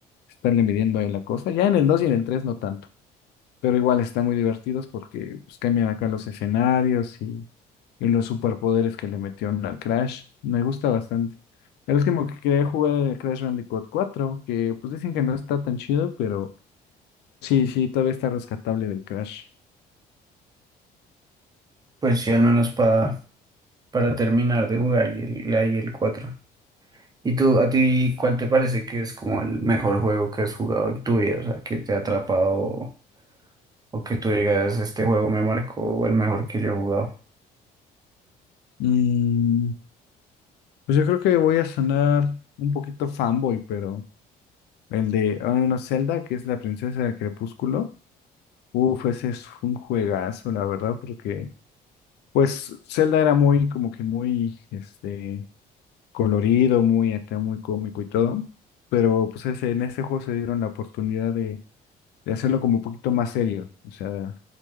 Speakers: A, on the left; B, on the right.
A: estarle midiendo ahí la cosa, ya en el 2 y en el 3 no tanto pero igual están muy divertidos porque pues, cambian acá los escenarios y, y los superpoderes que le metieron al Crash. Me gusta bastante. El último que quería jugar era el Crash Bandicoot cuatro que pues dicen que no está tan chido, pero sí, sí, todavía está rescatable del Crash.
B: Pues sí, al menos para, para terminar de jugar y el, ahí el cuatro ¿Y tú, a ti, cuál te parece que es como el mejor juego que has jugado en tu vida? O sea, que te ha atrapado o que tú digas, este juego me marcó o el mejor que yo he jugado.
A: Mm, pues yo creo que voy a sonar un poquito fanboy, pero el de ah, no, Zelda, que es la princesa del crepúsculo, uf, ese es un juegazo, la verdad, porque pues Zelda era muy, como que muy, este, colorido, muy acá, muy cómico y todo. Pero pues ese- en ese juego se dieron la oportunidad de, de hacerlo como un poquito más serio. O sea,